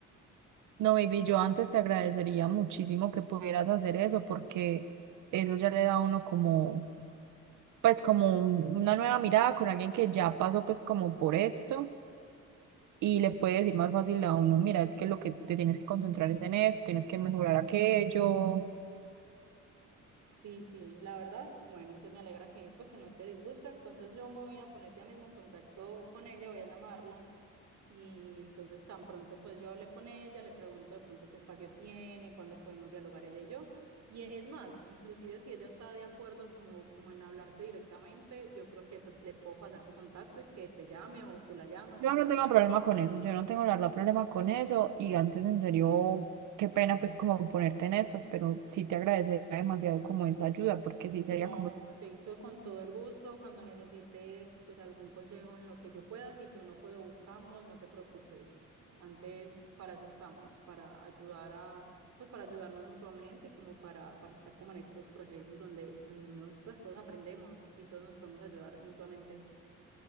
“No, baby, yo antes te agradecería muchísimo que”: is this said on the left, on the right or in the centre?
Right